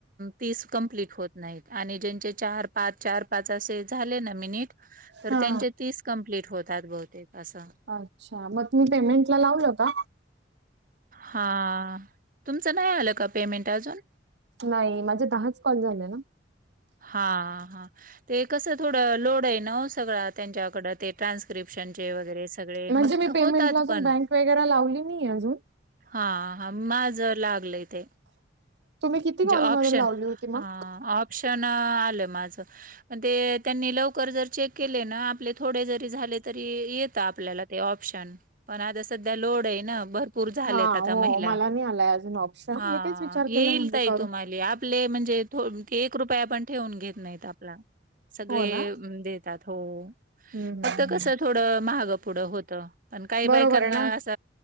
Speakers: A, on the right; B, on the right.
A: तीस कंप्लीट होत नाहीत. आणि ज्यांचे चार, पाच, चार. पाचे झाले ना मिनिट तर
B: हा
A: त्यांचे तीस कंप्लीट होतात. बहुतेक असं
B: अच्छा मग तुम्ही पेमेंट ला लावल का?
A: हा तुमचं नाही आलं का? पेमेंट अजून.
B: नाही माझ्या दहाच कॉल झाले ना.
A: हा हा. ते कसं थोडं लोड आहे ना सगळं त्यांच्याकड ते ट्रान्स्क्रिप्शनचे वगैरे. सगळे
B: म्हणजे
A: मग
B: मी पेमेंटला
A: होतात
B: अजून
A: पण
B: बँक वगैरे लावली नाही अजून.
A: हा हा माझ लागलंय ते.
B: तुम्ही किती
A: म्हणजे
B: कॉलमध्ये
A: ऑप्शन,
B: लावली होती मग?
A: ऑप्शन आलं माझं. म्ह ते त्यांनी लवकर जर चेक केले ना आपले थोडे जरी झाले तरी येत आपल्याला. ते ऑप्शन पण आता सध्या लोड आहे ना भरपूर झालेत
B: हा
A: आता
B: हो
A: महिला.
B: मला नाही आलाय अजून ऑप्शन.
A: हा
B: मी तेच विचार
A: येईल
B: केला म्हणजे
A: ताई
B: करू.
A: तुम्हाला. आपले म्हणजे एक रुपये आपण ठेवून घेत नाहीत आपला. सगळे
B: हो ना
A: देतात हो
B: हम्म
A: फक्त
B: हम्म हम्म
A: कस थोडं महाग पुढं होत. पण काही बायकांना
B: बरोबर आहे ना.
A: अस